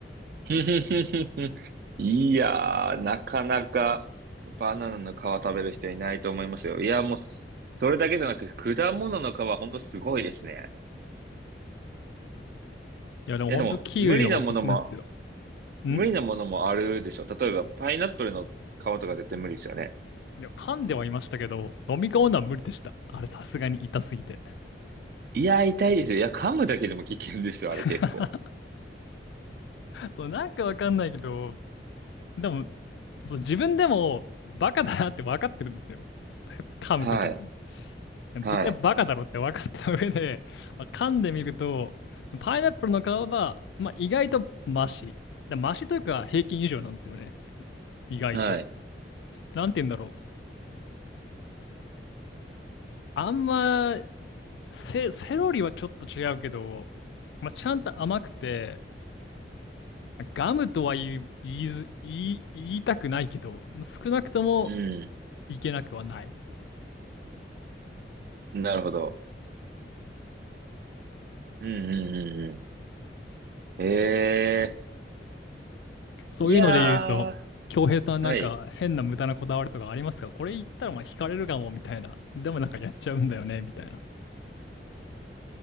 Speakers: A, on the right; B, on the left.
A: <laughs> いやー、なかなかバナナの皮食べる人いないと思いますよ。いや、もうす、それだけじゃなく、果物の皮ほんとすごいですね。
B: いやでも本当キウイはおすすめっすよ。
A: いや、でも、無理なものも、
B: ん
A: 無理なものもあるでしょ。例えば、パイナップルの皮とか絶対無理ですよね。
B: いや噛んではいましたけど、飲み込むのは無理でした。あれさすがに痛すぎて。
A: いや、痛いですよ。いや、噛むだけでも危険ですよ、
B: <laughs>
A: あれ結構。
B: そう、なんかわかんないけど、でもそう、自分でもバカだなって分かってるんですよ。<laughs> 噛むときに。
A: はい、
B: でも絶対バカだろって分かった上で、
A: はい、
B: まあ噛んでみると、パイナップルの皮は、まあ、意外とマシ。だマシというか平均以上なんですよね。意外と。
A: はい。
B: なんて言うんだろう。あんま、セ、セロリはちょっと違うけど、まあ、ちゃんと甘くて、ガムとは言い、言いず、言い、言いたくないけど、少なくとも
A: う
B: いけなくはない。
A: ん、なるほど。うん、うん、うん、うん。ええ
B: そういうので言うと、
A: ー、いやー、
B: 恭平さんなんか変な無駄なこだわりとかありますかこれ言ったらまあ惹かれるかもみたいな。
A: はい。
B: でもなんかやっちゃうんだよねみたいな。